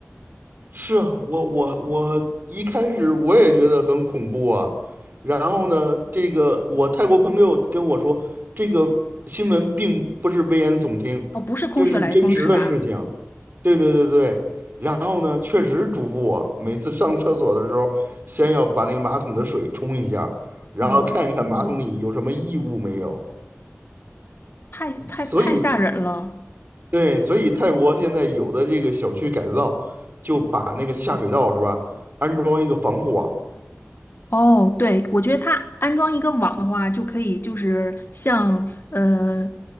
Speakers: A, on the right; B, on the left.
A: 是啊，我我我一开始我也觉得很恐怖啊，然后呢，这个我泰国朋友跟我说，这个新闻并不是危言耸听，
B: 哦，不是空穴来风是吧？
A: 这是真实的事情。对对对对，然后呢，确实嘱咐我每次上厕所的时候，先要把那个马桶的水冲一下，然后看一看马桶里有什么异物没有。
B: 哎呀，我的天呐，太太太吓人了。
A: 所以。对，所以泰国现在有的这个小区改造，就把那个下水道是吧，安装一个防护网，
B: 哦，对，我觉得它安装一个网的话，就可以就是像呃